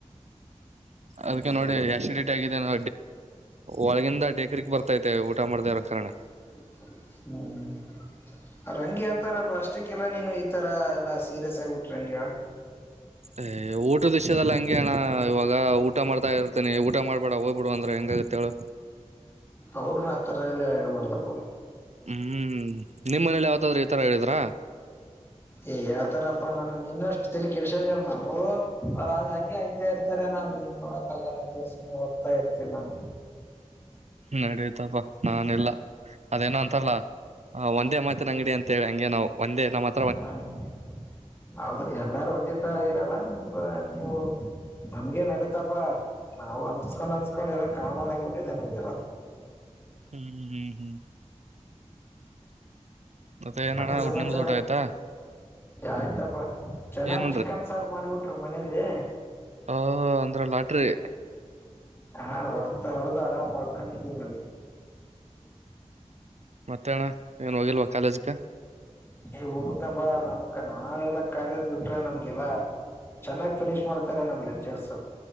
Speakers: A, on the right; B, on the left.
A: ಅದ್ಕ್ಕೆ ನೋಡಿ ಆಶಿಡೇಟ್ ಆಗಿದೆ ನ ಒಳಗಿಂದ ಡೇಕ್ರಕ್ ಬರ್ತೈತೆ ಊಟ ಮಾಡ್ದ ಇ ಕಾರಣ
B: ಹ್ಮ್ ರಂಗಿ ಅಂತಾರಪ್ಪ ಅಷ್ಟಕ್ಕಲ್ಲ ನೀನು ಈತರ ಎಲ್ಲಾ ಸೀರಿಯಸ್ ಆಗಿಬಿಟ್ರಿ ರಂಗಿ
A: ಏ ಊಟ ದೃಶ್ಯದದಲ್ಲಿ ಹಂಗೆ ಅಣ್ಣ ಇವಾಗ ಊಟ ಮಾಡ್ತಾ ಇರ್ತನಿ ಊಟ ಮಾಡ್ಬೇಡ ಹೋಗ್ಬಿಡು ಅಂದ್ರೆ ಹೆಂಗ ಗತ್ತಳ
B: ಅವ್ರ ಆ ತರಲ್ಲ ಹೇಳ್ಬಡ್ದಪ್ಪ
A: ಹ್ಮ್ ನಿಮ್ಮನೇಲಿ ಯಾವತಾದ್ರೂ ಈತರ ಹೇಳಿದ್ರ
B: ಏ ಹಳ್ತಾರಪ್ಪಾ ನಾನು ಇನ್ನಷ್ಟು ತಿಲಿ ಕೆಳ್ಸೊಂಡವ ನಾವು ಅವ್ರ ಹಗೆ ಅಂತ ಇರ್ತಾರೆ ನಾವು ಏನು ಮಾಡಕ್ಕಾಗಲ್ಲ ಅಂತೆ ಓದ್ತಾ ಇರ್ತೀವಿ ನಾವು
A: ನಡತಪಾ ನಾನೆಲ್ಲ ಅದೇನೋ ಅಂತಾರಲ್ಲ ಒಂದೇ ಮತಿನ ಅಂಗಡಿ ಹಂಗೆ ನಾವು ಒಂದೇ ಮಾತು
B: ಹ್ಮ ಹೌದು ಎಲ್ಲಾರು ಒಂದೇ ತರ ಇರಲ್ಲ ನಿಮ್ ನೀವು ನಮ್ಗೇನ್ ನಡತಪ್ಪಾ ನಾವು ಅನ್ಸ್ಕೊಂಡ್ ಅನ್ಸಡಲ್ಲ ಕಾಮನ್ಗಬಿಟ್ಟಿದ್ದೆ ನಮ್ಗೆಲ್ಲ
A: ಹ್ಮಹ್ಮ್ ಹ್ಮ್ ಮತ್ತೆ ಏನಣ್ಣ
B: ಮತ್ತೆನ್
A: ಅವ್ರ
B: ಸಮಾಚಾರಾ
A: ನಿಮ್ದ ಊಟ ಆಯ್ತಾ
B: ಆಯ್ತಪ್ಪಾ ಚೆನ್ನಾಗ್
A: ಏನ್
B: ಚಿಕನ್ ಸಾರು ಮಾಡ್ಬಿಟ್ರ ಮನೇಲಿ
A: ಹ ಅಂದ್ರ ಲಾಟ್ರಿ
B: ಹಾ ಹೊಡೆತ ಹೊಡೆದು ಆರಾಮ ಮಾಡಳ್ಕೊಂಡಿದ್ದೀ ನಡಿ
A: ಮತ್ತಣ ಏನ್ ಹೋಗಿಲ್ವ ಕಾಲೇಜ್ಗಕ
B: ಏ ಹೊದನ ಬಾ ನಮಕ ನಾವೆಲ್ಲಾ ಕಾಲೇಜ್ ಬಿಟ್ರೆ ನಮ್ಗೆಲ್ಲಾ ಚೆನ್ನಾಗ್ ಫಿನಿಶ್ ಮಾಡ ನಮ್ ಲೆಕ್ಚರ್ಸ್